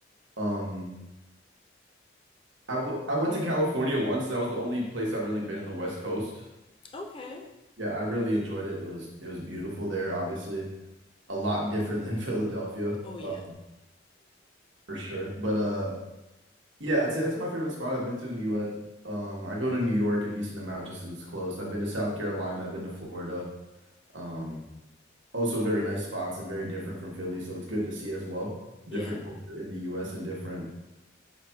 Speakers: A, on the right; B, on the left.
A: Um, I w I went to California once. That was the only place I've really been in the West Coast.
B: Okay.
A: Yeah, I really enjoyed it. It was it was beautiful there, obviously. A lot different than <laughs> Philadelphia,
B: Oh yeah.
A: uh,
B: <laughs>
A: for sure. But uh Yeah, I'd say that's my favorite spot I've been to in the US. Um, I go to New York a decent amount just 'cause it's close. I've been to South Carolina, I've been to Florida. Um, also very nice spots and very different from Philly, so it's good to see as well. Different
B: yeah.
A: culture in the US and different